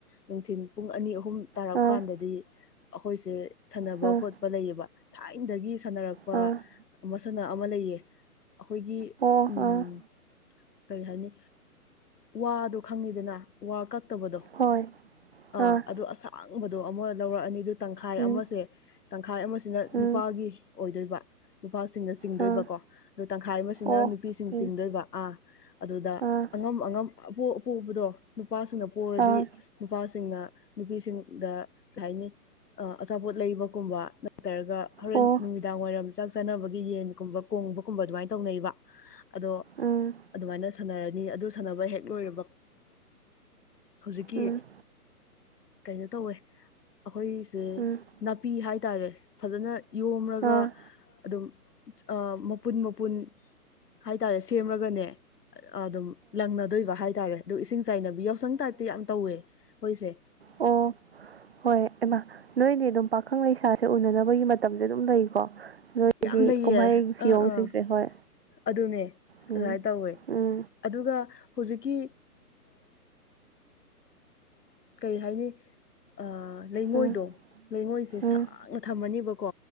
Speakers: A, on the left; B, on the right.
A: ꯅꯨꯡꯊꯤꯟ ꯄꯨꯡ ꯑꯅꯤ ꯑꯍꯨꯝ ꯇꯥꯔꯛ
B: ꯑ
A: ꯀꯥꯟꯗꯗꯤ ꯑꯩꯈꯣꯏꯁꯦ ꯁꯥꯟꯅꯕ
B: ꯑ
A: ꯈꯣꯠꯄ ꯂꯩꯌꯦꯕ ꯊꯥꯏꯅꯗꯒꯤ ꯁꯥꯟꯅꯔꯛꯄ
B: ꯑ
A: ꯃꯁꯅ ꯑꯃ ꯂꯩꯌꯦ ꯑꯩꯈꯣꯏꯒꯤ
B: ꯑꯣ
A: ꯎꯝ
B: ꯑ
A: ꯀꯔꯤ ꯍꯥꯏꯅꯤ ꯋꯥꯗꯣ ꯈꯪꯉꯤꯗꯅ ꯋꯥ ꯀꯛꯇꯕꯗꯣ
B: ꯍꯣꯏ
A: ꯑꯥ
B: ꯑ
A: ꯑꯗꯨ ꯑꯁꯥꯡꯕꯗꯣ ꯑꯃꯨ ꯂꯧꯔꯛꯑꯅꯤ ꯑꯗꯨ ꯇꯪꯈꯥꯏ
B: ꯎꯝ
A: ꯑꯃꯁꯦ ꯇꯪꯈꯥꯏ ꯑꯃꯁꯤꯅ
B: ꯎꯝ
A: ꯅꯨꯄꯥꯒꯤ ꯑꯣꯏꯗꯣꯏꯕ ꯅꯨꯄꯥꯁꯤꯡꯅ ꯆꯤꯡꯗꯣꯏꯕꯀꯣ
B: ꯑ
A: ꯑ ꯇꯪꯈꯥꯏ ꯑꯃꯁꯤꯅ
B: ꯑꯣ
A: ꯅꯨꯄꯤꯁꯤꯡ
B: ꯎꯝ
A: ꯆꯤꯡꯗꯣꯏꯕ ꯑꯥ ꯑꯗꯨꯗ
B: ꯑ
A: ꯑꯉꯝ ꯑꯉꯝ ꯑꯄꯣꯛ ꯑꯄꯣꯛꯕꯗꯣ ꯅꯨꯄꯥꯁꯤꯡꯅ ꯄꫭꯔꯗꯤ
B: ꯑ
A: ꯅꯨꯄꯥꯁꯤꯡꯅ ꯅꯨꯄꯤꯁꯤꯡꯗ ꯀꯩ ꯍꯥꯏꯅꯤ ꯑꯆꯥꯄꯣꯠ ꯂꯩꯕꯒꯨꯝꯕ ꯅꯠꯇ꯭ꯔꯒ ꯍꯣꯔꯦꯟ
B: ꯑꯣ
A: ꯅꯨꯃꯤꯗꯥꯡ ꯋꯥꯏꯔꯝ ꯆꯥꯛ ꯆꯥꯅꯕꯒꯤ ꯌꯦꯟꯒꯨꯝꯕ ꯀꯣꯡꯕꯒꯨꯝꯕ ꯑꯗꯨꯃꯥꯏꯅ ꯇꯧꯅꯩꯕ ꯑꯗꯣ
B: ꯎꯝ
A: ꯑꯗꯨꯃꯥꯏꯅ ꯁꯥꯟꯅꯔꯅꯤ ꯑꯗꯨ ꯁꯥꯟꯅꯕ ꯍꯦꯛ ꯂꯣꯏꯔꯕ ꯍꯧꯖꯤꯛꯀꯤ
B: ꯎꯝ
A: ꯀꯩꯅꯣ ꯇꯧꯋꯦ ꯑꯩꯈꯣꯏꯁꯦ
B: ꯎꯝ ꯑ
A: ꯅꯥꯄꯤ ꯍꯥꯏꯇꯥꯔꯦ ꯐꯖꯅ ꯌꯣꯝꯂꯒ
B: ꯑ ꯑꯣ
A: ꯑꯗꯨꯝ ꯃꯄꯨꯟ ꯃꯄꯨꯟ ꯍꯥꯏꯇꯥꯔꯦ ꯁꯦꯝꯃꯒꯅꯦ ꯑꯗꯨꯝ ꯂꯪꯅꯗꯣꯏꯕ ꯍꯥꯏ ꯇꯇꯥꯔꯦ ꯑꯗꯨ ꯏꯁꯤꯡ ꯆꯥꯏꯅꯕ ꯌꯥꯎꯁꯪ ꯇꯥꯏꯞꯇ ꯌꯥꯝ ꯇꯧꯋꯦ ꯑꯩꯈꯣꯏꯁꯦ
B: ꯑꯣ ꯍꯣꯏ ꯏꯃꯥ ꯅꯣꯏꯅꯦ ꯑꯗꯨꯝ ꯄꯥꯈꯪ ꯂꯩꯁꯥꯁꯦ ꯎꯅꯅꯕꯒꯤ ꯃꯇꯝꯁꯦ ꯑꯗꯨꯝ ꯂꯩꯀꯣ ꯅꯣꯏꯒꯤ
A: ꯌꯥꯝ ꯂꯩꯌꯦ
B: ꯀꯨꯝꯍꯩ ꯐꯤꯌꯣꯡꯁꯤꯡꯁꯦ
A: ꯑꯥ ꯑꯥ
B: ꯍꯣꯏ
A: ꯑꯗꯨꯅꯦ
B: ꯎꯝ
A: ꯑꯗꯨꯃꯥꯏꯅ ꯇꯧꯋꯦ
B: ꯎꯝ
A: ꯑꯗꯨꯒ ꯍꯧꯖꯤꯛꯀꯤ ꯀꯩ ꯍꯥꯏꯅꯤ ꯑ ꯂꯩꯉꯣꯏꯗꯣ
B: ꯎꯝ
A: ꯂꯩꯉꯣꯏꯁꯦ
B: ꯎꯝ
A: ꯁꯥꯡꯅ ꯊꯝꯃꯅꯤꯕꯀꯣ